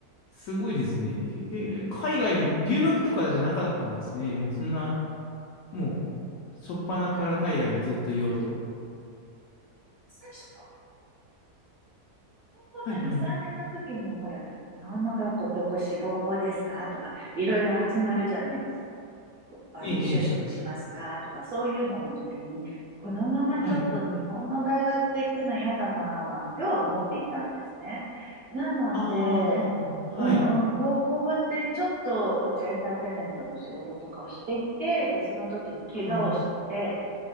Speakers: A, on the left; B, on the right.
A: すごいですね。へへ海外に、
B: うん、
A: 留学とかじゃなかったんですね。もうそんな、もう、初っ端から海外にずっといようと。
B: 最初、こ高校の2、
A: はい、はい。
B: 3年の時に、ほら、日本の学校どこ志望校ですかとか、いろいろ始まるじゃないですか。あの、
A: ええ、
B: 就職しますかとか、
A: ええ、
B: そういうのの時に、このままちょっと日本の大学行くの嫌だなぁなんては思っていたんですね。
A: はい。
B: なので、
A: ああ、はは、はい、
B: うんうん、高校終わってちょっとエンターテインメントの仕事とかをしていて、で、その時に怪我をして、
A: はい、